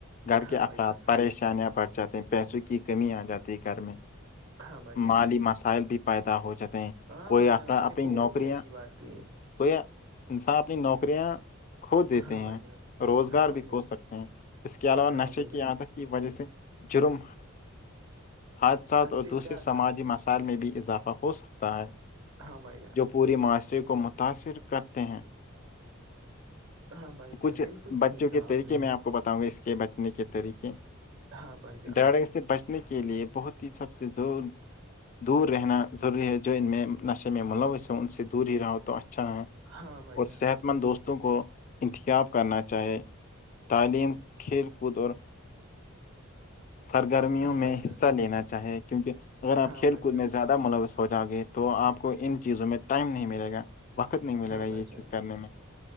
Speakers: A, on the left; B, on the right.
A: گھر
B: ہاں
A: کے
B: بھائی
A: افراد
B: جان
A: پریشانیاں بٹھ جاتے ہیں پیسوں کی کمی آ جاتی ہے گھر میں
B: ہاں بھائی جان
A: مالی مسائل بھی پیدا ہو جاتے ہیں
B: ہاں
A: کوئی
B: بھائی جان
A: افر اپنی
B: آپ نے
A: نوکریاں
B: بہت ہی اچھی بات کہی
A: کوئی انسان اپنی نوکریاں کھو
B: ہے
A: دیتے
B: ہاں
A: ہیں
B: بھائی جان
A: روزگار
B: ہاں بھائی
A: بھی کھو
B: جان
A: سکتے ہیں اس کے علاوہ نشے
B: ہاں بھائی
A: کی
B: جان
A: آ تک کی وجہ سے جرم حادثات
B: حد
A: اور
B: زیادہ
A: سے سماجی مسائل میں بھی اضافہ ہو سکتا ہے
B: ہاں بھائی جان
A: جو پوری معاشرے کو متاثر کرتے ہیں
B: ہاں بھائی
A: کچھ
B: جان بالکل
A: بچوں
B: صحیح کہا
A: کے طریقے
B: نے
A: میں آپ کو بتاؤں گا اس کے بچنے کے طریقے
B: ہاں بھائی جان
A: ڈر سے بچنے کے لیے بہت ہی سب سے زور دور رہنا ضروری ہے جو ان میں نشے میں ملوث ہوں ان سے دور ہی رہ ہو تو اچھا ہے
B: ہاں بھائی
A: اور
B: جان
A: صحت مند دوستوں کو انتخاب کرنا چاہے تعلیم کھیل کود اور سرگرمیوں
B: ہاں
A: میں
B: بھائی جان
A: حصہ لینا چاہے کیونکہ اگر آپ
B: ہاں
A: کھیل
B: بھائی
A: کود
B: جان
A: میں زیادہ ملوث ہو جاؤ گی تو آپ کو ان چیزوں میں ٹائم نہیں ملے گا وقت نہیں ملے
B: ہاں
A: گا
B: بھائی
A: یہ
B: جان
A: چیز کرنے میں